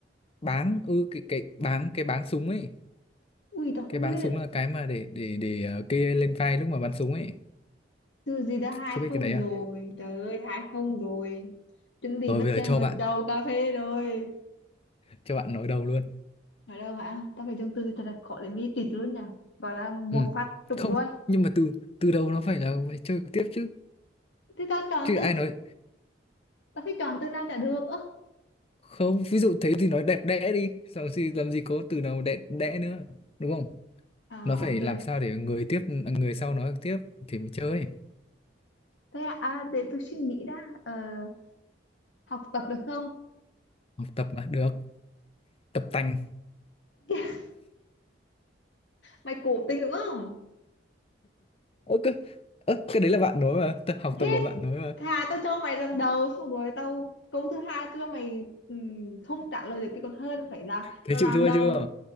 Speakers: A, on the left; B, on the left.
A: báng ư cái cái báng cái báng súng ấy
B: Ui tao
A: cái
B: không
A: báng
B: biết đấy.
A: súng là cái mà để để để ờ, kê lên vai lúc mà bắn súng ấy
B: Từ gì đã hai
A: không biết
B: không
A: cái đấy à
B: rồi. Trời ơi hai không rồi. Chuẩn bị
A: rồi
B: mất
A: bây giờ
B: tiền
A: cho
B: vào
A: bạn
B: chầu cà phê rồi.
A: cho bạn nói đầu luôn
B: Ở đâu hả? Tao phải chọn từ thật là khó để mi tịt luôn nhỉ. Gọi là một
A: ừ.
B: phát trúng
A: không
B: luôn.
A: nhưng mà từ từ đầu nó phải là phải chơi tiếp chứ
B: Thì tao chọn
A: chứ
B: từ
A: ai nói
B: tao phải chọn từ nào chả được. Ơ.
A: không ví dụ thế thì nói đẹp đẽ đi làm gì làm gì có từ nào đẹp đẽ nữa đúng không
B: Ờ
A: nó phải
B: trời.
A: làm sao để người tiếp người sau nói tiếp thì mới chơi
B: Thế à, à để tôi suy nghĩ đã. Ờ, học tập được không?
A: học tập mà được tập tành
B: <laughs> Mày cố tình đúng không?
A: ơ cái, ơ, cái đấy là bạn nói mà tập, học
B: thế
A: tập là bạn nói mà
B: thà tao cho mày lần đầu xong rồi tao câu thứ hai tao cho mày ừm, không trả lời được cái còn hơn phải là
A: thế
B: tao
A: chịu
B: làm
A: thua
B: đầu
A: chưa